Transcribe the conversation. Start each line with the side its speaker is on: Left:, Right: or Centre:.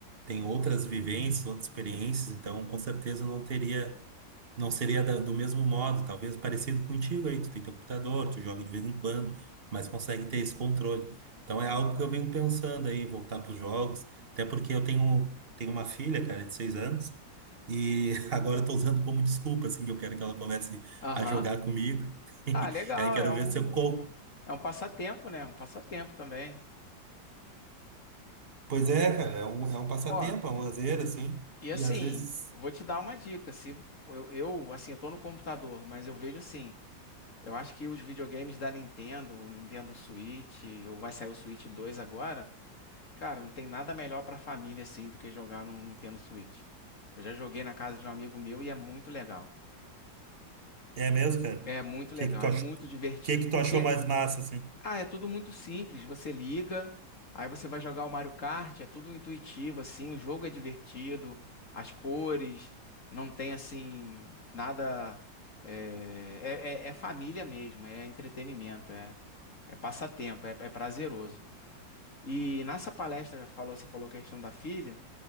Right: tenho outras vivências, outras experiências, então com certeza eu não teria não seria da- do mesmo modo, talvez parecido contigo aí, tu tem teu computador, tu joga de vez em quando, mas consegue ter esse controle. Então é algo que eu venho pensando aí, voltar para os jogos, até porque eu tenho, tenho uma filha, cara, de seis anos, e <laughs> agora eu tô usando como desculpa, assim, que eu quero que ela comece
Left: Aham.
Right: a jogar comigo, <laughs>
Left: Ah, legal,
Right: e aí quero
Left: é um,
Right: ver se eu co...
Left: é um passatempo, né? Um passatempo também.
Right: Pois é, cara, é um, é um passatempo,
Left: Ó,
Right: é um lazer, assim,
Left: e assim,
Right: e às vezes...
Left: vou te dar uma dica. Se eu, eu, assim, eu tô no computador, mas eu vejo assim. Eu acho que os videogames da Nintendo, o Nintendo Switch, ou vai sair o Switch 2 agora, cara, não tem nada melhor pra família assim do que jogar no Nintendo Switch. Eu já joguei na casa de um amigo meu e é muito legal.
Right: É mesmo, cara?
Left: É
Right: O
Left: muito legal,
Right: que que tu
Left: é
Right: achou?
Left: muito
Right: O
Left: divertido
Right: que que
Left: porque
Right: tu achou mais massa, assim?
Left: Ah, é tudo muito simples. Você liga, aí você vai jogar o Mario Kart, é tudo intuitivo, assim, o jogo é divertido, as cores, não tem assim, nada. É, é- é- é família mesmo, é entretenimento, é, é passatempo, é, é prazeroso. E nessa palestra, falou, você falou a questão da filha,